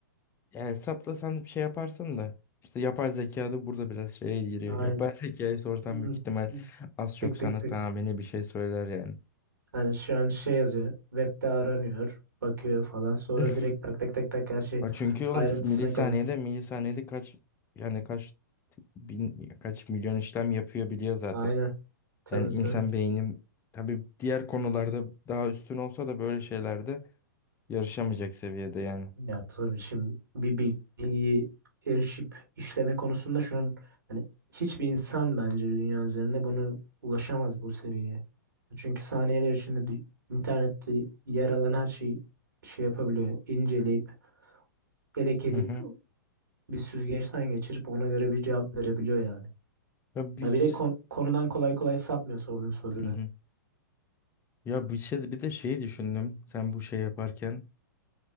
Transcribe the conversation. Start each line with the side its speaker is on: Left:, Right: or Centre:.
Left: ya hesaplasan bir şey yaparsın da. İşte yapar zeka da burada biraz şeye giriyor.
Right: aynen.
Left: Yapay zekayı sorsan
Right: Hı,
Left: büyük ihtimal
Right: hı.
Left: az çok
Right: Tık
Left: sana
Right: tık tık.
Left: tahmini bir şey söyler yani.
Right: Hani şu an şey yazıyor. Web'de aranıyor. Bakıyor falan. Sonra
Left: <laughs>
Right: direkt tak tak tak tak her şey
Left: Ha Çünkü oğlum
Right: ayrıntısına
Left: milisaniyede
Right: kadar.
Left: milisaniyede kaç yani kaç bin kaç milyon işlem yapıyor biliyor zaten.
Right: Aynen. Tabii
Left: Yani insan
Right: tabii.
Left: beyni tabii diğer konularda daha üstün olsa da böyle şeylerde Yarışamayacak seviyede yani.
Right: Ya tabii şimdi bir bilgiyi erişip işleme konusunda şu an hani hiçbir insan bence dünya üzerinde bunu ulaşamaz bu seviyeye. Çünkü saniyeler içinde dü- internette yer alan her şeyi şey yapabiliyor. inceleyip elek edip
Left: Hı hı.
Right: bir süzgeçten geçirip ona göre bir cevap verebiliyor yani.
Left: Ya bir
Right: Ya bir de kon- konudan kolay kolay sapmıyor sorduğun soruda.
Left: hı hı. Ya bir şey bir de şeyi düşündüm. Sen bu şey yaparken